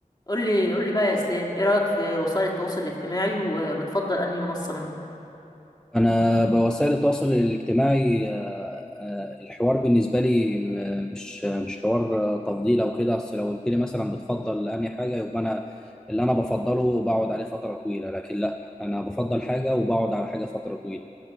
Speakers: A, on the left (about 25°); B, in the centre.
A: قول لي قول لي بقى يا اسلام ايه رايك في وسائل التواصل الاجتماعي وبتفضل انهي منصه منهم
B: أنا بوسائل التواصل الاجتماعي آه، آه، الحوار بالنسبة لي م- مش مش حوار آه، تفضيل أو كده أصل لو قلت لي مثلا بتفضل أنهي حاجة يبقى أنا اللي أنا بفضله بقعد عليه فترة طويلة لكن لا أنا بفضل حاجة وبقعد على حاجة فترة طويلة